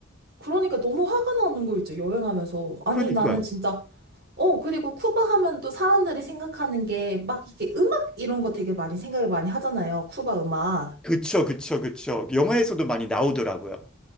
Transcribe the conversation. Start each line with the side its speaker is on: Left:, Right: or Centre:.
Right: 그러니까 너무 화가 나는 거 있죠, 여행하면서. 아니,
Centre: 그러니까요.
Right: 나는 진짜, 어, 그리고 쿠바 하면 또 사람들이 생각하는 게 막 이게 음악 이런 거 되게 많이 생각을 많이 하잖아요, 쿠바 음악.
Centre: 그쵸, 그쵸, 그쵸. 영화에서도 많이 나오더라고요.